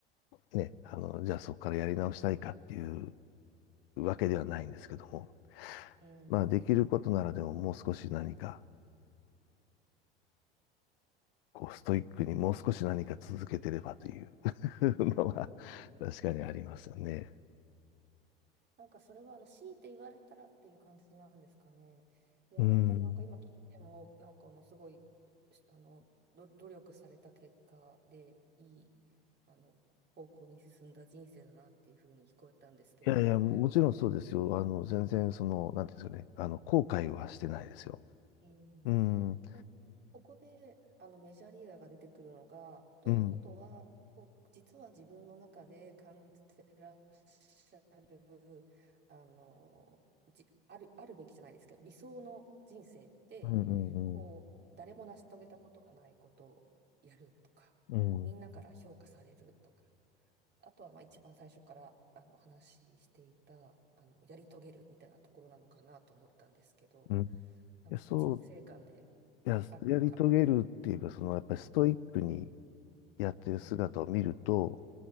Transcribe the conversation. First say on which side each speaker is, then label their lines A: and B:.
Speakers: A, on the left (about 65°); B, on the right (about 35°).
A: ね、
B: はい。
A: あの、じゃあそこからやり直したいかっていうわけではないんですけども、
B: うん、
A: まあできることならでももう少し何かこう、ストイックにもう少し何か続けてればという
B: うん、
A: <laughs> のは確かにありますよね。
B: うんなんかそれはあの強いて言われたらっていう感じなんですかね。いや、
A: うん。
B: やっぱりなんか今聞いても、なんかあのすごいしあのど努力された結果でいいあの方向に進んだ人生だなっていうふうに聞こえたんですけど、
A: いやいや、もちろんそうですよ。
B: ただ、
A: あの、全然その、なんていうんですかね、あの、後悔はしてないですよ。
B: うん
A: うん、うん、
B: で、ここであのメジャーリーガーが出てくるのが、ということは、
A: うん、
B: こう実は自分の中で感じてらっしゃる、あの、じ、ある、あるべきじゃないですけど、理想の人生って、
A: うん、
B: こう、
A: うん、
B: 誰も成し遂げたことがないことをやるとか、
A: うん。
B: みんなから評価されるとか。あとはまあ一番最初からあのお話ししていたあのやり遂げるみたいなところなのかなと思ったんですけど
A: うんい
B: なんかこう人生観で
A: や、そう、いや、
B: あるかあの
A: やり遂げるっていうか、その、やっぱりストイックに
B: はい
A: やってる姿を見ると、
B: うん